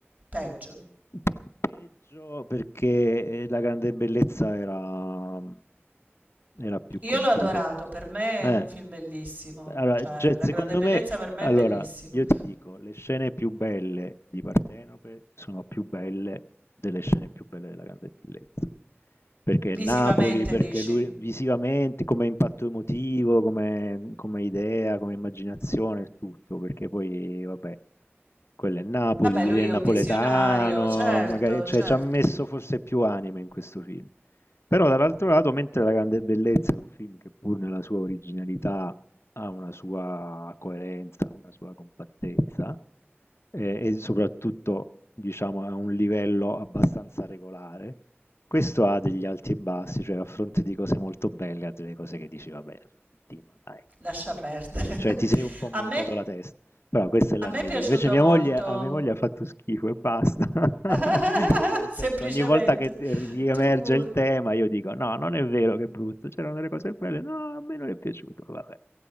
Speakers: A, on the right (about 35°); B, on the left (about 70°).
A: Peggio.
B: pe- peggio perché eh, la grande bellezza era, era più
A: Io
B: compiuto.
A: l'ho adorato, per me
B: Eh,
A: è un film bellissimo,
B: Allora,
A: cioè
B: cioè,
A: La
B: secondo
A: grande bellezza
B: me,
A: per me
B: allora,
A: è bellissimo.
B: io ti dico, le scene più belle di Partenope sono più belle delle scene più belle della Grande Bellezza. Perché
A: Visivamente
B: Napoli, perché
A: dici?
B: lui visivamente, come impatto emotivo, come, come idea, come immaginazione, tutto, perché poi, vabbè. Quello è il Napoli,
A: Vabbè,
B: lui
A: lui
B: è
A: è
B: napoletano,
A: un visionario, certo,
B: magari, cioè
A: certo.
B: ci ha messo forse più anima in questo film. Però dall'altro lato, mentre La grande bellezza è un film che pur nella sua originalità ha una sua coerenza, una sua compattezza eh, e soprattutto diciamo a un livello abbastanza regolare, questo ha degli alti e bassi, cioè a fronte di cose molto belle ha delle cose che dici vabbè, Sorrentino, dai.
A: Lascia perdere.
B: Cioè ti sei
A: <laughs>
B: un po' montato
A: A me,
B: la testa però questa è la
A: a me
B: mia
A: è piaciuto
B: idea. Invece mia
A: molto,
B: moglie a mia moglie ha fatto schifo e basta. <laughs>
A: <laughs>
B: Io
A: semplicemente,
B: cerco ogni volta che t riemerge
A: tu cura.
B: il tema, io dico: "No, non è vero che è brutto, c'erano delle cose belle". "No, a me non è piaciuto". Vabbè.